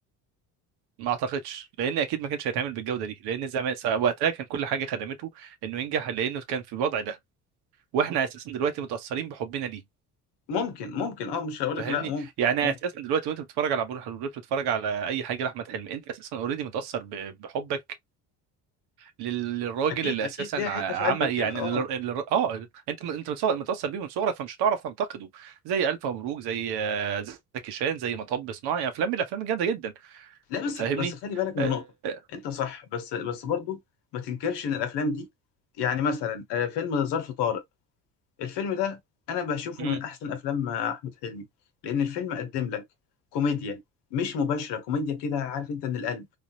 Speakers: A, on the right; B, on the left.
A: ما اعتقدش لان اكيد ما كانش هيتعمل بالجوده دي لان زمان سا- وقتها كان كل حاجه خدمته انه ينجح لانه كان في الوضع ده واحنا اساسا دلوقتي متاثرين بحبنا ليه
B: ممكن ممكن اه مش هقول
A: فاهمني
B: لك لا ممكن
A: يعني
B: ممكن
A: اساسا دلوقتي وانت بتتفرج على عبود الحلول بتتفرج على اي حاجه لاحمد حلمي انت اساسا اوريدي متاثر ب- بحبك لل- للراجل
B: اكيد
A: اللي
B: اكيد
A: اساسا
B: ليها
A: ع-
B: حته في قلبك
A: عمل
B: كده
A: يعني
B: اه
A: ال- ال- اه انت م- انت متص- متاثر بيه من صغرك فمش هتعرف تنتقده زي الف مبروك زي آه، زكي شان زي مطب صناعي افلام من الافلام الجامده جدا
B: لا بس
A: فاهمني
B: بس خلي بالك من
A: آه،
B: نقطه انت صح بس بس برضه ما تنكرش ان الافلام دي يعني مثلا آه، فيلم ظرف طارق الفيلم ده انا بشوفه
A: مم،
B: من احسن افلام احمد حلمي لان الفيلم قدم لك كوميديا مش مباشره كوميديا كده عارف انت من القلب